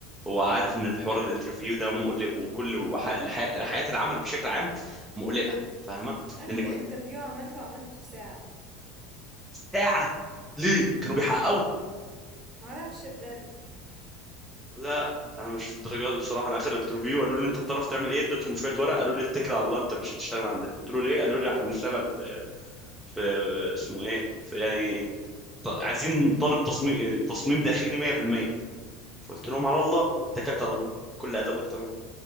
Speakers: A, in the centre; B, on the right.
A: هو عارف ان الحوار الانترفيو ده مقلق وكل وح... الح... حياه العمل بشكل عام مقلقه فاهمه
B: اخر
A: لانك ب-
B: انترفيو عملته عملته في ساعة
A: ساعه ليه كانوا بيحققوا
B: معرفش بجد
A: لا انا مش الدرجه دي بصراحه انا اخر انترفيو قالوا لي انت بتعرف تعمل ايه اديتهم شويه ورق قالوا لي اتكل على الله انت مش هتشتغل عندنا قلت له ليه قالوا لي احنا بنشتغل في اسمه ايه في يعني ط- عايزين طالب تصميم تصميم داخلي 100% فقلت لهم على الله واتكلت على الله بكل ادب واحترام